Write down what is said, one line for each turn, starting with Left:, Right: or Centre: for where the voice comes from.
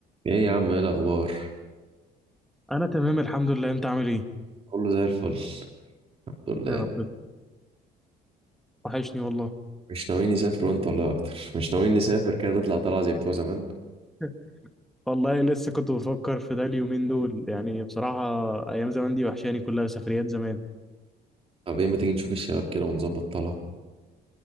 Right: ايه يا عم ايه الاخبار
Centre: انا تمام الحمد لله انت عامل ايه
Right: كله زي الفل الحمد لله
Centre: يا رب وحشني والله
Right: مش ناويين نسافر وانت ولا اكتر مش ناويين نسافر كده نطلع طلعه زي بتوع زمان
Centre: <laughs> والله لسه كنت بفكر في ده اليومين دول يعني بصراحة ايام زمان دي وحشاني كلها سفريات زمان
Right: طب ايه ما تيجي نشوف الشباب كده ونظبط طلعه